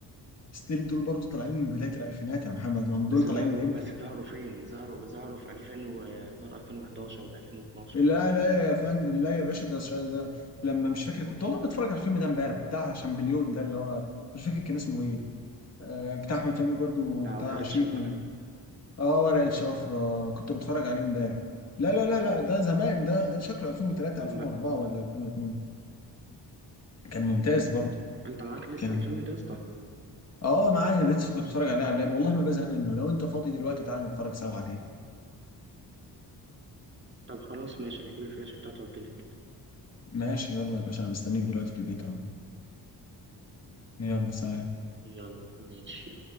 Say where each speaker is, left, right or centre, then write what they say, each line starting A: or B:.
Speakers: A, on the left; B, on the right.
A: ستيل دول برضو طالعين من بداية الألفينات يا محمد
B: بس
A: ما هم دول
B: بس
A: طالعين
B: ظهروا
A: من إمتى؟
B: بس ظهروا فين ظهروا ظهروا في 2000 و... ظهر 2011 ولا 2012
A: لا لا يا فندم لا يا باشا ده, ده لما مش فاكر كنت والله بتفرج على الفيلم ده امبارح بتاع شامبليون ده اللي هو مش فاكر كان اسمه إيه آه بتاع أحمد فهمي برضو
B: بتاع
A: بتاع
B: ورقة
A: شيكو
B: شفر
A: آه ورق الشفرة كنت بتفرج عليه امبارح لا لا لا لا ده زمان ده شكله 2003
B: طب
A: 2004
B: ما
A: ولا 2002 كان ممتاز برضه
B: انت معاك لسه
A: كان
B: الفيلم ده يا اسطى
A: اه معايا لسه كنت بتفرج عليه على اللاب والله ما بزهق منه لو انت فاضي دلوقتي تعالى نتفرج سوا عليه
B: طب خلاص ماشي انا هجيب الفلاشة بتاعته واجيلك كده
A: ماشي يلا يا باشا انا مستنيك دلوقتي في البيت اهو يلا سلام
B: يلا ماشي